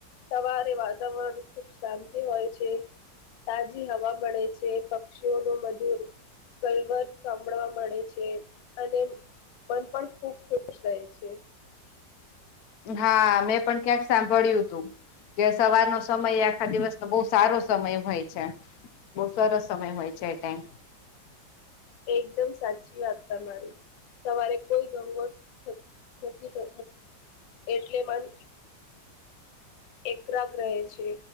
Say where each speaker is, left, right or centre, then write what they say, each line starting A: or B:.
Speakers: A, on the left; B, on the left.
A: સવારે વાતાવરણ ખુબ શાંતિ હોય છે. તાજી હવા મળે છે પક્ષીઓ ન મધુર. કલવત સાંભળવા મળે છે અને મન પણ. ખૂબ ખુશ રહેહી છે.
B: હા મેં પણ ક્યાંક સાંભળ્યું તું. કે સવારનો સમય આખા દિવસનો બહુ સારો સમય હોય છે. બઉુ સરસ સમય હોય છે એ ટાઈમ.
A: એકદમ સાચી વાત તમારી. સવારે કોઈ ગંગો નથીતો એટલે મન. એકરા ગ રહે રહે છે.